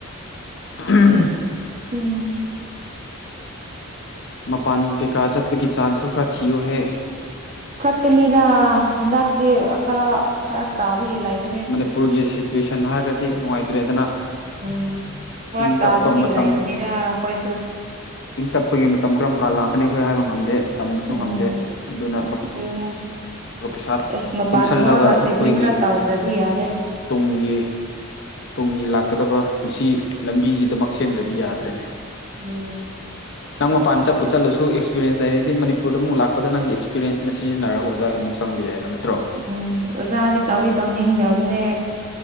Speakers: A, on the left; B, on the right.
A: <unintelligible>
B: ꯎꯝ
A: ꯃꯄꯥꯟ ꯀꯩꯀꯥ ꯆꯠꯄꯒꯤ ꯆꯥꯟꯁꯁꯨ ꯈꯔ ꯊꯤꯌꯨꯍꯦ
B: ꯆꯠꯀꯅꯤꯗ ꯍꯟꯗꯛꯇꯤ ꯈꯔ ꯐꯔꯛ ꯇꯥꯕꯒꯤ ꯂꯩꯕꯅꯦ
A: ꯃꯅꯤꯄꯨꯔꯒꯤ ꯁꯤꯆꯨꯌꯦꯁꯟ ꯍꯥꯏꯔꯗꯤ ꯅꯨꯡꯉꯥꯏꯇ꯭ꯔꯦꯗꯅ
B: ꯎꯝ ꯐꯔꯛ
A: ꯏꯪ
B: ꯇꯥꯕꯒꯤ
A: ꯇꯞꯄ ꯃꯇꯝ
B: ꯂꯩꯕꯅꯤꯗ ꯑꯈꯣꯏꯁꯨ
A: ꯏꯪ ꯇꯞꯄꯒꯤ ꯃꯇꯝ ꯀꯔꯝ ꯀꯥꯟ ꯂꯥꯛꯀꯅꯤ ꯑꯩꯈꯣꯏ ꯍꯥꯏꯕ ꯉꯝꯗꯦ ꯇꯝꯕꯁꯨ ꯉꯝꯗꯦ
B: ꯎꯝ
A: ꯑꯗꯨꯅ
B: ꯑꯇꯨꯅꯦ
A: ꯄꯩꯁꯥ
B: ꯑꯁ ꯃꯄꯥꯟ
A: ꯇꯨꯡꯁꯜꯂꯒ
B: ꯊꯧꯔꯒ
A: ꯑꯩꯈꯣꯏꯒꯤ
B: ꯁꯦꯚꯤꯡ ꯈ꯭ꯔ ꯇꯧꯗ꯭ꯔꯗꯤ ꯌꯥꯗꯦ
A: ꯇꯨꯡꯒꯤ ꯇꯨꯡꯒꯤ ꯂꯥꯛꯀꯗꯕ ꯄꯨꯟꯁꯤ ꯂꯝꯕꯤꯒꯤꯗꯃꯛ ꯁꯦꯝꯗ꯭ꯔꯗꯤ ꯌꯥꯗ꯭ꯔꯦꯅꯦ
B: ꯃꯥ
A: <inaudible> ꯅꯪ ꯃꯄꯥꯟ ꯆꯠꯨ ꯆꯠꯂꯁꯨ ꯑꯦꯛꯁꯄꯤꯔꯦꯟꯁ ꯂꯩꯔꯗꯤ ꯃꯅꯤꯄꯨꯔꯗ ꯃꯨꯛ ꯂꯥꯛꯄꯗ ꯅꯪꯒꯤ ꯑꯦꯛꯁꯄꯤꯔꯦꯟꯁꯇꯨꯅ ꯁꯤꯖꯤꯟꯅꯔꯒ ꯑꯣꯖꯥꯒꯤꯃꯨꯛ ꯆꯪꯕ ꯌꯥꯏꯕ ꯅꯇ꯭ꯔꯣ
B: ꯎꯝ ꯑꯣꯖꯥꯗꯤ ꯇꯧꯗꯤ ꯇꯧꯅꯤꯡꯗꯝꯅꯦ